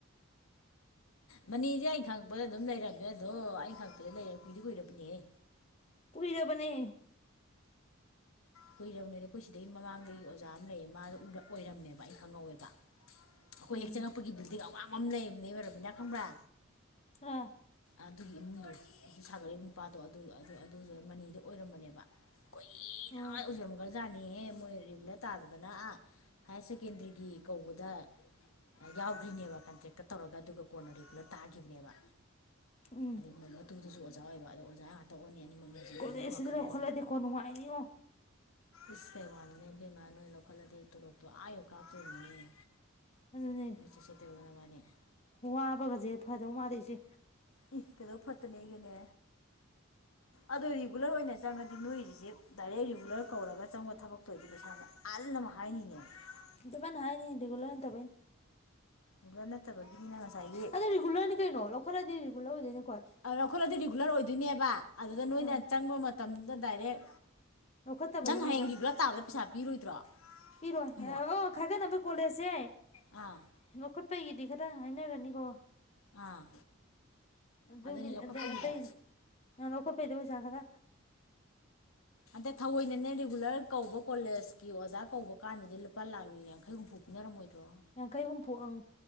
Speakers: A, on the left (about 80°); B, on the left (about 30°).
A: ꯃꯅꯤꯁꯦ ꯑꯩꯅ ꯈꯪꯉꯛꯄꯗ ꯑꯗꯨꯝ ꯂꯩꯔꯝꯃꯦ ꯑꯗꯣ ꯑꯩꯅ ꯈꯪꯉꯛꯄꯗ ꯂꯩꯔ ꯀꯨꯏꯗꯤ ꯀꯨꯏꯔꯕꯅꯤꯍꯦ
B: ꯀꯨꯏꯔꯕꯅꯦ
A: ꯀꯨꯏꯔꯕꯅꯦꯗꯤ ꯑꯩꯈꯣꯏ ꯁꯤꯗꯩ ꯃꯃꯥꯡꯗꯒꯤ ꯑꯣꯖꯥ ꯑꯃ ꯂꯩꯌꯦ ꯃꯥꯗꯣ ꯑꯣꯏꯔꯛ <unintelligible> ꯑꯩ ꯈꯪꯍꯧꯋꯦꯕ ꯑꯩꯈꯣꯏ
B: ꯎꯝ
A: ꯍꯦꯛ ꯆꯪꯉꯄꯒꯤ ꯕꯤꯜꯗꯤꯡ ꯑꯋꯥꯡꯕ ꯑꯃ ꯂꯩꯔꯝꯅꯤꯕ ꯔꯣꯕꯤꯅꯥ ꯈꯪꯕ꯭ꯔꯥ
B: ꯑꯥ
A: ꯑꯗꯨꯒꯤ ꯏꯃꯨꯡꯒ ꯁꯥꯒꯠꯂꯤꯕ ꯅꯨꯄꯥꯗꯣ ꯑꯗꯨ ꯑꯗꯨ ꯑꯗꯨꯗꯣ ꯃꯅꯤꯗ ꯑꯣꯏꯔꯝꯕꯅꯦꯕ ꯀꯨꯏ
B: ꯎꯝ
A: ꯌꯥ <unintelligible> ꯑꯣꯖꯥꯅꯤꯍꯦ ꯃꯣꯏ ꯔꯤꯒꯨꯂꯔ ꯇꯥꯗꯗꯅ ꯑꯥ ꯍꯥꯌꯔ ꯁꯦꯀꯦꯟꯗꯔꯤꯒꯤ ꯀꯧꯕꯗ ꯌꯥꯎꯈ꯭ꯔꯤꯅꯦꯕ ꯀꯟꯇ꯭ꯔꯦꯛꯇ ꯇꯧꯔꯒ ꯑꯗꯨꯒ ꯀꯣꯟꯅ ꯔꯤꯒꯨꯂꯔ ꯇꯥꯈꯤꯕꯅꯦꯕ
B: ꯎꯝ
A: ꯑꯗꯩꯩ ꯃꯇꯨꯗꯨꯁꯨ ꯑꯣꯖꯥ ꯑꯣꯏꯌꯦꯕ ꯑꯗꯨ ꯑꯣꯖꯥ ꯑꯣꯟꯅꯤ ꯑꯅꯤꯃꯛꯅꯤ ꯍꯧꯖꯤꯛ
B: ꯀꯣꯂꯦꯖꯁꯤꯗ
A: ꯑꯗꯨꯝ ꯋꯥꯡꯈꯠꯂ
B: ꯂꯧꯈꯠꯂꯗꯤꯀꯣ
A: ꯂꯩꯗꯣ
B: ꯅꯨꯡꯉꯥꯏꯅꯤꯉꯣ
A: ꯏꯁ ꯀꯩ ꯋꯥꯅꯣꯅꯦ ꯏꯕꯦꯝꯃ ꯅꯣꯏ ꯂꯧꯈꯠꯂꯗꯤ ꯇꯣꯂꯣꯞꯇꯣ ꯑꯥ ꯌꯧꯅ ꯀꯥꯞꯇꯣꯏꯅꯤꯅꯦ
B: ꯑꯗꯨꯅꯦ
A: ꯅꯣꯏ ꯆꯦꯆꯦ ꯇꯦꯕꯣꯡ ꯅꯕꯥꯅꯤ
B: ꯋꯥꯕꯒꯁꯦ ꯐꯗꯧ ꯃꯥꯜꯂꯦ ꯏꯆꯦ
A: ꯏ ꯀꯩꯗꯧ ꯐꯠꯇꯅꯤꯒꯦꯅꯦ ꯑꯗꯣ ꯔꯤꯒꯨꯂꯔ ꯑꯣꯏꯅ ꯆꯪꯉꯗꯤ ꯅꯣꯏꯒꯤꯁꯦ ꯗꯥꯏꯔꯦꯛ ꯔꯤꯒꯨꯂꯔ ꯀꯧꯔꯒ ꯆꯪꯕ ꯊꯕꯛꯇꯣ ꯑꯣꯏꯔꯗꯤ ꯄꯩꯁꯥꯁꯦ ꯑꯥ <inaudible>
B: ꯗꯕꯥꯅ ꯍꯥꯏꯅꯦ ꯔꯦꯒꯨꯂꯔ ꯅꯠꯇꯕꯩ
A: ꯑꯗꯨ ꯅꯠꯇꯕꯒꯤꯅꯤꯅ ꯉꯁꯥꯏꯒꯤ
B: ꯑꯗꯣ ꯔꯤꯒꯨꯂꯔꯅꯤ ꯀꯩꯅꯣ ꯂꯧꯈꯠꯂꯗꯤ ꯔꯤꯒꯨꯂꯔ ꯑꯣꯏꯗꯣꯏꯅꯤꯀꯣ
A: ꯑꯗꯣ ꯂꯧꯈꯠꯂꯗꯤ ꯔꯤꯒꯨꯂꯔ ꯑꯣꯏꯗꯣꯏꯅꯦꯕ ꯑꯗꯨꯗ
B: ꯑꯥ
A: ꯅꯣꯏꯅ ꯆꯪꯕ ꯃꯇꯝꯗꯨꯗ ꯗꯥꯏꯔꯦꯛ
B: ꯂꯧꯈꯠꯇꯕꯩꯅꯦꯕ
A: ꯅꯪ ꯍꯌꯦꯡꯒꯤ <unintelligible> ꯇꯥꯕꯥ ꯄꯩꯁꯥ ꯄꯤꯔꯣꯏꯗ꯭ꯔꯣ?
B: ꯄꯤꯔꯣꯏ
A: ꯑꯃꯨꯛ
B: ꯑꯣ ꯈꯥꯏꯒꯠꯅꯕ ꯀꯣꯂꯦꯖꯁꯦ
A: ꯑꯥ
B: ꯂꯧꯠ ꯄꯩꯒꯤꯗꯤ ꯈꯗ ꯍꯥꯏꯅꯒꯅꯤ ꯀꯣ꯫
A: ꯑꯥ
B: ꯑꯗꯨꯒꯤꯗꯤ
A: ꯑꯗꯨꯅꯤ ꯂꯧꯈꯠꯄꯒꯤꯗ
B: ꯑ ꯑꯇꯩꯗꯤ ꯅꯪ ꯂꯧꯈꯠꯄꯩꯗꯣ ꯄꯩꯁꯥ ꯈꯔ
A: ꯑꯗ ꯊꯑꯣꯏꯅꯅꯦ ꯔꯤꯒꯨꯂꯔ ꯀꯧꯕ ꯀꯣꯂꯦꯖꯀꯤ ꯑꯣꯖꯥ ꯀꯧꯕ ꯀꯥꯟꯅꯗꯤ ꯄꯥ ꯂꯥꯛ ꯌꯥꯡꯈꯩ - ꯍꯨꯝꯐꯨ ꯄꯤꯅꯔꯝꯃꯣꯏꯗꯔꯣ?
B: ꯌꯥꯡꯈꯩ ꯍꯨꯝꯐꯨ ꯑꯪ